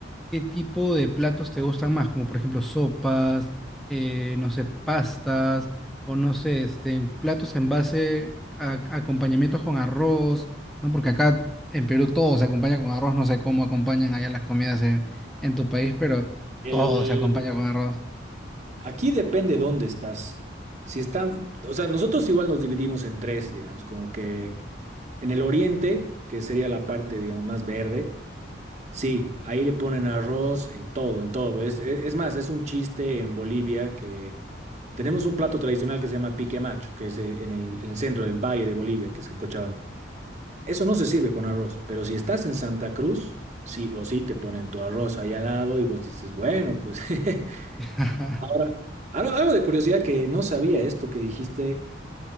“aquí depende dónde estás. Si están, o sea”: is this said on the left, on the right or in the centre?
Right